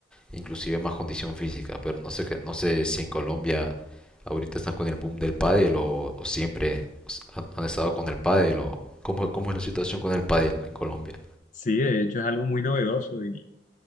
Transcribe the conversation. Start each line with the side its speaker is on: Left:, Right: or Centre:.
Centre: inclusive más condición física, pero no sé, no sé si en Colombia ahorita están con el boom del pádel o, o siempre han, han estado con el pádel o cómo, cómo es la situación con el pádel en Colombia.
Left: Sí, de hecho es algo muy novedoso y,